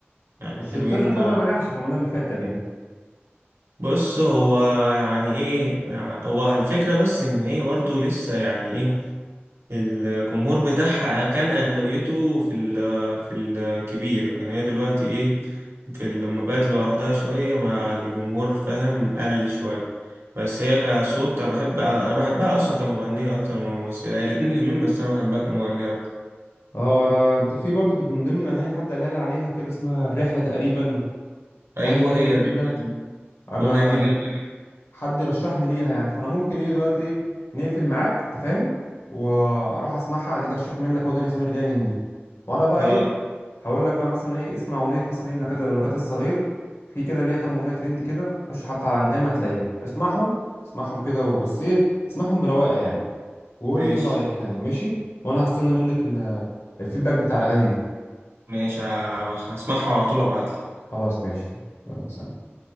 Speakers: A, on the right; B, on the left.
A: يعني
B: بس
A: حلوين
B: المسلسل ده
A: آه،
B: ما نجحش في رمضان اللي فات تقريبا
A: بص هو يعني إيه يعني هو الفكرة بس إن هي برضو لسه يعني إيه الجمهور بتاعها كان أغلبيته في ال في الكبير لكن هي دلوقتي إيه في ال- لما بقت لوحدها شوية مع الجمهور فاهم قل شوية بس هي كصوت أنا بحب أنا بحبها أصلا كمغنية أكتر من ممثلة الاتنين حلوين بس أنا بحبها كمغنية أكتر
B: اه انا انت في برضه كنت من ضمن الاغاني حد قالها لي عليها كده اسمها الرحله تقريبا
A: أيوه
B: حاجه ليها
A: هي
B: كده
A: الرحلة دي
B: انا
A: الأغنية دي جامدة
B: حد رشحني ليها يعني فانا ممكن ايه دلوقتي إيه نقفل معاك انت فاهم واروح اسمعها دي ترشيح منك هو دنيا سمير غانم دي وانا بقى
A: اه
B: ايه هقول لك بقى مثلا ايه اسمع اغنيه مثلا ايه نجاة نجاة الصغير في كده ليها كام اغنيه ترند كده خش حتى على انغامي هتلاقيهم اسمعهم اسمعهم كده وبس ايه اسمعهم برواقه يعني وقول
A: ماشي
B: لي ايه رايك يعني ماشي وانا هستنى منك ال- الفيدباك بتاع الاغاني دي
A: ماشي ه- هسمعها على طول ابعتلك
B: خلاص ماشي يلا سلام